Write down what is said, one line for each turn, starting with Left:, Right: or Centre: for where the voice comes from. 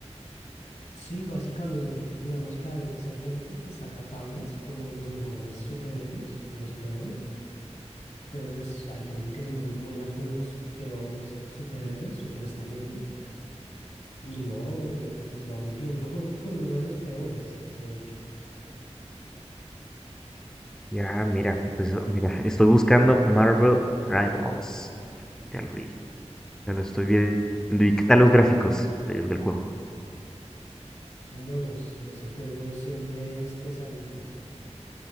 Left: Sí, básicamente, digamos que a veces hay gente que saca tablas como de los mejores superhéroes y los peores, pero pues hay gente que es muy buena con los peores superhéroes, supuestamente, y no les va muy bien. Yo juego con uno de los peores, de hecho.
Centre: Ya, mira, pues oh, mira, estoy buscando Marvel Rivals. Ya lo vi, ya lo estoy viendo. ¿Y qué tal los gráficos del, del juego?
Left: Son buenos, ese juego siempre es pesadito.